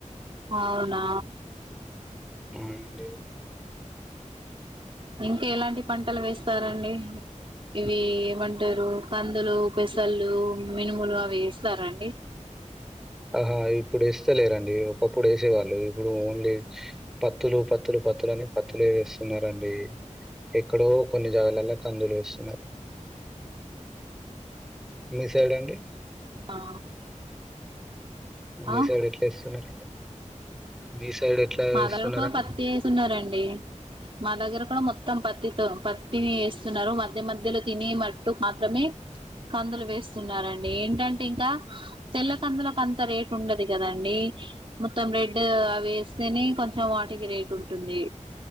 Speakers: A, on the right; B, in the centre.
A: అవునా
B: అవునండి
A: ఇంకా ఎలాంటి పంటలు వేస్తారండి ఇవి ఏమంటారు కం కందులు పెసళ్ళు మినుములు అవి ఏస్తారా అండి
B: ఆహా ఇప్పుడు వేస్తలేరండి ఒకప్పుడు వేసేవాళ్ళు ఇప్పుడు ఓన్లీ పత్తులు పత్తులు పత్తుల అని పత్తులే వేస్తున్నారండి ఎక్కడో కొన్ని జాగలల్లో కందులు ఏస్తున్నారు
A: <inaudible>
B: మీ సైడ్ అండి
A: ఆ
B: మీ
A: ఆ
B: సైడ్ ఎట్లా వేస్తున్నారండి మీ సైడ్ ఎట్లా
A: మాదలు
B: ఏస్తున్నారండి?
A: కూడా పత్తేసున్నారండి మా దగ్గర కూడా మొత్తం పత్తితో పత్తిని ఏస్తున్నారు మధ్య మధ్యలో తినే మట్టుకు మాత్రమే కందులు వేస్తున్నారండి ఏంటంటే ఇంకా తెల్ల కందులకు అంత రేటు ఉండదు కదండి మొత్తం రెడ్ అవి వేస్తేనే కొంచెం వాటికి రేట్ ఉంటుంది